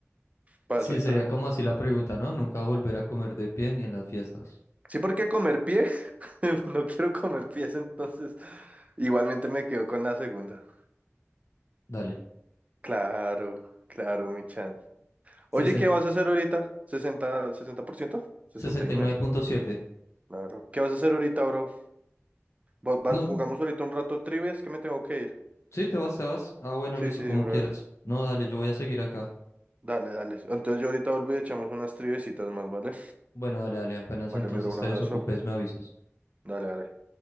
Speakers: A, on the right; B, on the left.
A: Para
B: Sí,
A: eso hay trago.
B: sería como así la pregunta, ¿no? Nunca volver a comer de pie ni en las fiestas.
A: Sí, porque comer pie, <laughs> no quiero comer pies, entonces igualmente me quedo con la segunda.
B: Dale.
A: Claro, claro, mi chan.
B: sesenta
A: Oye, ¿qué vas a hacer ahorita? ¿60, 60%? 69,
B: sesenta y nueve punto siete
A: claro. ¿Qué vas a hacer ahorita, bro? Va- va-
B: No,
A: jugamos ahorita un rato trivias que me tengo que ir.
B: Sí, te vas, te vas. Ah, bueno,
A: Sí,
B: listo,
A: sí,
B: como
A: brother.
B: quieras. No, dale, yo voy a seguir acá.
A: Dale, dale. Entonces yo ahorita vuelvo y echamos unas triviecitas más, ¿vale?
B: Bueno, dale, dale, apenas
A: Vale,
B: entonces
A: mi bro, un
B: te
A: abrazo.
B: desocupes, me avisas.
A: Dale, dale.